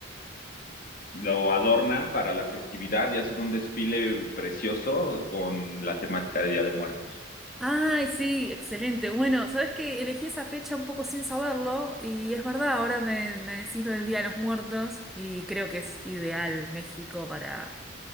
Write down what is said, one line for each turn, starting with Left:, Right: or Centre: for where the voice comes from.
Left: lo adornan para la festividad y hacen un desfile precioso con la temática de Día de Muertos.
Centre: Ay, sí, excelente. Bueno, sabes que elegí esa fecha un poco sin saberlo y es verdad, ahora me, me decís lo del Día de los Muertos y creo que es ideal México para,